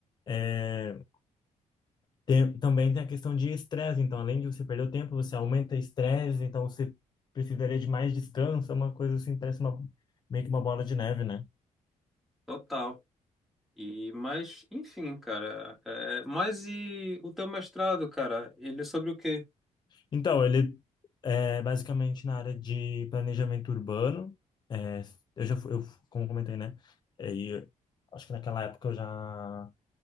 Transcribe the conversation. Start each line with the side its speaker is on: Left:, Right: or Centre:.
Left: É, tem- também tem a questão de estresse, então, além de você perder o tempo, você aumenta o estresse, então você precisaria de mais descanso, é uma coisa assim, parece uma, meio que uma bola de neve, né?
Centre: total. E, mas, enfim, cara, é, mas e o teu mestrado, cara, ele é sobre o quê?
Left: Então, ele é basicamente na área de planejamento urbano. É, eu já fui, eu, como comentei, né? É, e acho que naquela época eu já